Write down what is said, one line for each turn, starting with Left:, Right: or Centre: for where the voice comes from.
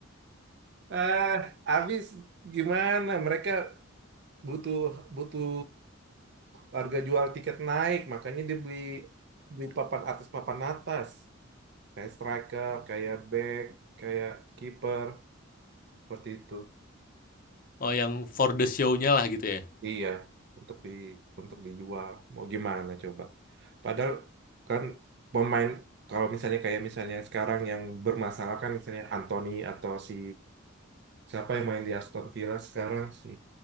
Right: eh habis gimana mereka butuh butuh harga jual tiket naik, makanya dia beli beli papan atas papan atas kayak striker, kayak back, kayak kiper seperti itu.
Left: oh yang for the show-nya lah gitu ya.
Right: Iya, untuk di untuk dijual. Mau gimana coba? Padahal kan pemain kalau misalnya kayak misalnya sekarang yang bermasalah kan misalnya Anthony atau si siapa yang main di Aston Villa sekarang si